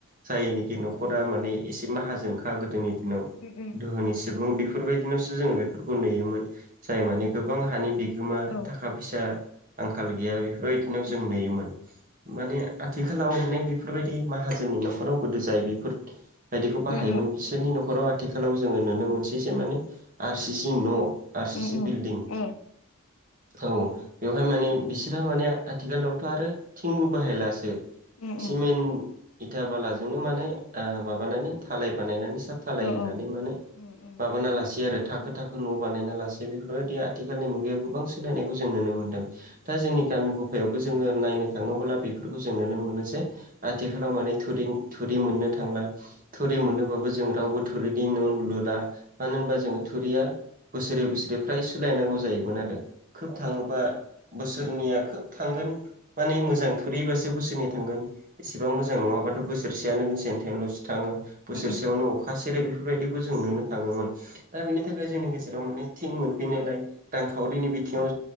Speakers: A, on the right (about 40°); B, on the left (about 75°).
A: जायनिखि न'खरा माने एसे माहाजोनखा गोदोनि दिनाव
B: उम
A: दोहोनि सुबुं बेफोर बेफोरबायदिनावसो जोङो बेफोरखौ नुयोमोन जाय मानि गोबां हानि बिगोमा
B: औ
A: थाखा फैसा आंखाल गैया बेफोरबायदिनाव
B: उम
A: जों नुयोमोन। माने आथिखालाव मे बेफोरबायदि माहाजोननि न'खराव गोदो जाय बेफोर बायदिखौ बाहायोमोन
B: उम
A: बिसोरनि न'खराव आथिखालाव जोङो नुनो मोनसेसो माने आर सि सि न' आर सि
B: उम उम
A: सि
B: उम
A: बिल्दिं
B: औ
A: औ बेवहाय माने
B: औ
A: बिसोरहा माने आथिखालावथ' आरो थिंबो बाहायलासो
B: उम उम
A: सिमेन्ट इथाब बालाजोंनो लानो म म थालाय बानायनानै फिसा फालाय
B: औ औ
A: होनानै
B: उम उम औ उम
A: माने
B: उम
A: माबाना लासे आरो थाखो थाखो न' बानायना लासे बेफोरबायदि आथिखालनि मुगायाव गोबां सोलायनायखौ जों नुनो मोन्दों। दा जोंनि गामि गफायाव जोङो नायनो थाङोब्ला बे जों नुनो मोनो आथिखालाव माने थि थुरि मोननो थांला थुरि मोनोबाबो जों रावबो थुरिनि न' लुला मानो होनबा जोङो थुरिया बोसोरै बोसोरै फ्राय सोलायनांगौ जायोमोन आरो खोब थाङोबा बोसोरनैया खोब थांगोन माने मोजां थुरैबासो बोसोरनै थांगोन एसेबां मोजां नङाब्लााथ' बोरसेयानो जेन थेनल थाङो बोसोरसेयावनो
B: उम
A: अखा सेरे बेफोरबायदिखौ जों नुनो थाङोमोन दा बेनि थाखाय जोंनि गेजेराव थिं मोनैनायालाय
B: औ
A: सावरिनि बिथिङाव